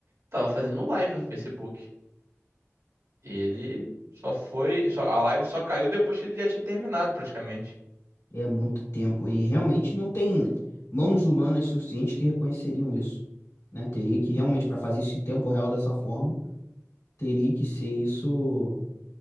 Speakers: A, on the right; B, on the left.
A: tava fazendo live no Facebook. E ele só foi. só- a live só caiu depois que ele já tinha terminado, praticamente.
B: é muito tempo. E realmente não tem mãos humanas suficientes que reconheceriam isso, né? Teria que realmente, para fazer isso em tempo real dessa forma, teria que ser isso